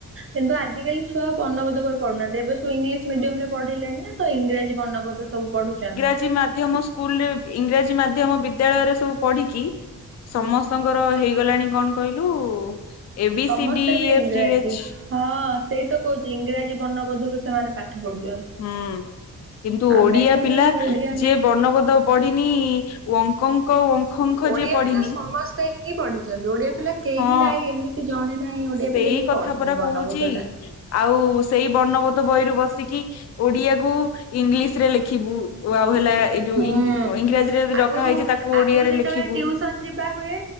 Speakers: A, on the right (about 35°); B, on the left (about 50°).
A: କିନ୍ତୁ ଆଜିକାଲି ଛୁଆ ପର୍ଣବୋଧ କରି ପଡୁନାହାନ୍ତି ଏବେ ୁ ଇଂଲିଶ ମିଡିୟମ ରେ ପଢିଲେଣି ନା ତ ଇଂରାଜୀ ବନବୋଧ ସବୁ ପଢୁଛନ୍ତି
B: ମାମ ସ୍କୁଲ ରେ ଇଂରାଜୀ ମାଧ୍ୟମ ବିଦ୍ୟାଳୟରେ ସବୁ ପଢିକି ସମସ୍ତଙ୍କର ହେଇଗଲାଣି କଣ କହିଲୁ ଏ ବି
A: ସମସ୍ତେ
B: ସି ଡି
A: ବି
B: ଏଫ
A: ଇଂରାଜୀ
B: ଏଚ
A: ହଁ ସେଇ ତ କହୁଛି ଇଂରାଜୀ ବର୍ଣ୍ଣବୋଧରୁ ସେମାନେ ପାଠ ପଢୁଛନ୍ତି
B: ହୁଁ କିନ୍ତୁ
A: ଆମେ
B: ଓଡିଆ
A: ସିନା
B: ପିଲା
A: ଓଡିଆ
B: ଯିଏ
A: ମି
B: ବର୍ଣ୍ଣବୋଦ ପଡ଼ିନି ଓଙ୍କଙ୍କ ଓଖଙ୍କ
A: ଓଡିଆ
B: ଯିଏ ପଢିନି
A: ପିଲା ସମସ୍ତେ ହିଁ ପଢିଛନ୍ତି ଓଡିଆ ପିଲା କେହି
B: ହଁ
A: ନାହିଁ ଏମିତି ଜଣେ ନାହିଁ ଓଡିଆ
B: ସେଇ
A: ପିଲ ଯଏ
B: କଥା
A: ପଢିନି
B: ପରା
A: ବର୍ଣବଦ୍ଧ
B: କହୁଛି
A: ଟା
B: ଆଉ ସେଇ ବର୍ଣ୍ଣବୋଧ ବହିରୁ ବସିକି ଓଡିଆକୁ ଇଂଲିଶରେ ଲେଖିବୁ ଓ ଆଉ ହେଲା ଏଇ ଯୋଉ
A: ହୁଁ
B: ଇଂରାଜୀରେ ଯ
A: ଆଗରୁ
B: ଡକାା ହେଇଛି ତାକୁ
A: ଆଗରୁ
B: ଓଡିଆରେ
A: ଯେତେବେଳେ
B: ଲେଖିବୁ
A: ଟିଉସନ ଯିବା ହୁଏ